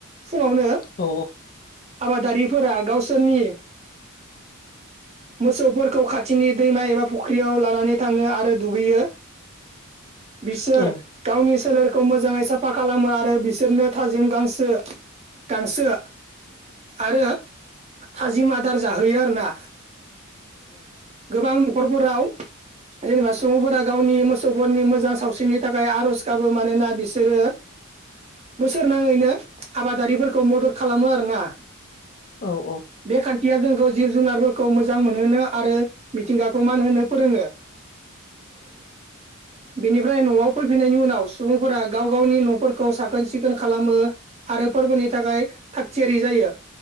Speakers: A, on the right; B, on the left.
A: फुङावनो
B: औ
A: आबादारिफोरा गावसोरनि मोसौफोरखौ खाथिनि दैमा एबा फुख्रियाव लानानै थाङो आरो दुगैयो। बिसोर
B: औ
A: गावनि सोलेरखौ मोजाङै साफा खालामो आरो बिसोरनो थाजिम गांसो गांसो आरो थाजिम आदार जाहोयो आरोना गोबां न'खरफोराव जेनेबा सुबुंफोरा गावनि मोसौफोरनि मोजां सावस्रिनि थाखाय आर'ज गाबो मानोना बिसोरो बोसोर नाङैनो आबादारिफोरखौ मदद खालामो आरोना
B: औ औ
A: बे खान्थिया जोंखौ जिब जुनारफोरखौ मोजां मोजां मोनहोनो आरो मिथिंगाखौ मान होनो फोरोङो। बेनिफ्राय न'आव फैफिनायनि उनाव सुबुंफोरा गाव गावनि न'फोरखौ साखोन सिखोन खालामो आरो फोरबोनि थाखाय थागथियारि जायो।